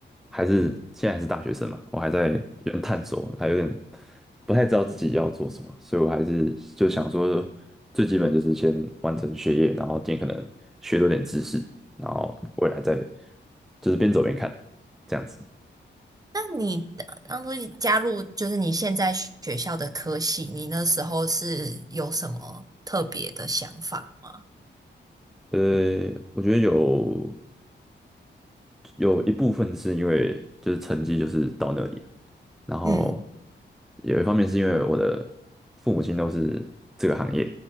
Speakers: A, in the centre; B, on the right.
A: 还是现在还是大学生嘛，我还在有点探索，还有点不太知道自己要做什么，所以我还是就想说，最基本就是先完成学业，然后尽可能学多点知识，然后未来再就是边走边看这样子。
B: 那你呃当初你加入就是你现在学校的科系，你那时候是有什么特别的想法吗？
A: 呃，我觉得有有一部分是因为就是成绩就是到那里，然后
B: 嗯，
A: 有一方面是因为我的父母亲都是这个行业